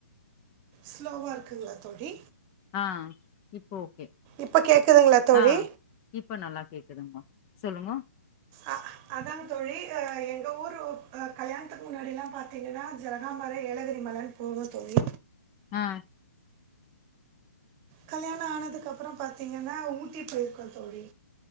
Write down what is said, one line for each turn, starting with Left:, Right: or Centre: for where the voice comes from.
Right: ஸ்லோவா இருக்குங்களா தோடி
Left: ஆஹ் இப்போ ஓகே
Right: இப்போ கேட்குதுங்களா தோழி
Left: ஆஹ் இப்ப நல்லா கேக்குதுங்க சொல்லுங்க
Right: அ அதான் தோழி எங்க ஊரு கல்யாணத்துக்கு முன்னாடி எல்லாம் பாாரத்தீங்கன்னா ஜனகாாமர ஏலகிரி மலன் பூம த தோழி
Left: ஆ
Right: கல்யாணம் ஆனதுக்கு அப்புறம் பாத்தீங்கன்னா ஊட்டி போயிருக்கோம் தோழி